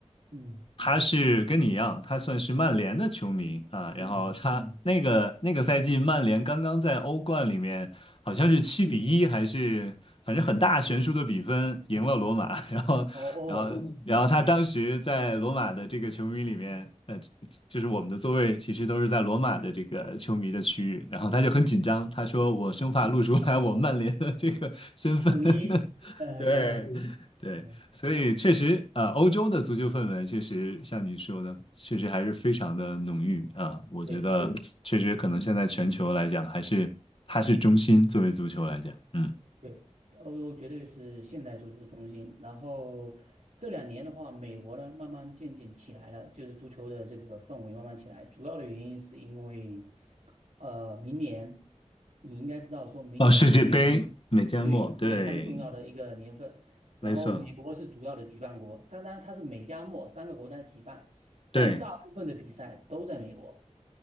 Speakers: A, on the right; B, on the left.
A: 嗯
B: 他是跟你一样，他算是曼联的球迷啊，然后他嗯那个那个赛季曼联刚刚在欧冠里面好像是七比一还是反正很大悬殊的比分赢了罗马，
A: 嗯嗯，
B: <laughs> 然后然后然后他当时在罗马的这个球迷里面，
A: 哦哦，
B: 呃，就是我们的座位其实都是在罗马的这个球迷的区域，然后他就很紧张，他说我生怕露出来我曼联的这个身份，
A: 九一，
B: <laughs>
A: 呃，
B: 对
A: 对对对，
B: 对。
A: 呃，
B: 所以确实，呃，欧洲的足球氛围确实像你说的，确实还是非常的浓郁啊。我觉得嗯确实可能现在全球来讲，
A: 对。嗯。
B: 还是它是中心，作为足球来讲，嗯，
A: 对，欧洲绝对是现代足球的中心。然后这两年的话，美国呢慢慢渐渐起来了，就是足球的这个氛围慢慢起来。主要的原因是因为，呃，明年你应该知道，说明年是
B: 哦，世界杯，美加墨，
A: 对非常重要的一个年份。
B: 对，
A: 然后美国是主要的举办国，
B: 没错，
A: 当然它是美加墨三个国家一起办，但大部分的比赛都在美国，
B: 对，